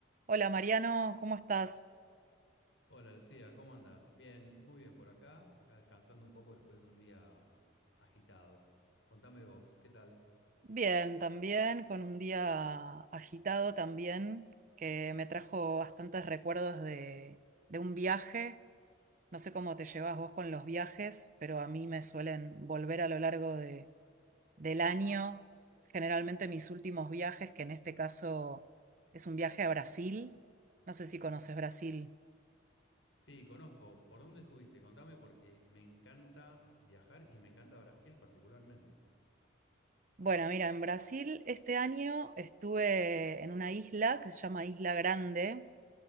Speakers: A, on the right; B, on the left.
A: Hola Mariano, ¿cómo estás?
B: Hola Lucía, ¿cómo andas? Bien, muy bien por acá, acá descansando un poco después de un día agitado. Contame vos, ¿qué tal?
A: Bien, también, con un día agitado también, que me trajo bastantes recuerdos de, de un viaje. No sé cómo te llevas vos con los viajes, pero a mí me suelen volver a lo largo de- del año. Generalmente mis últimos viajes, que en este caso es un viaje a Brasil. No sé si conoces Brasil.
B: Sí, conozco. ¿Por dónde estuviste? Contame porque me encanta viajar y me encanta Brasil particularmente.
A: Bueno, mira, en Brasil este año estuve en una isla que se llama Isla Grande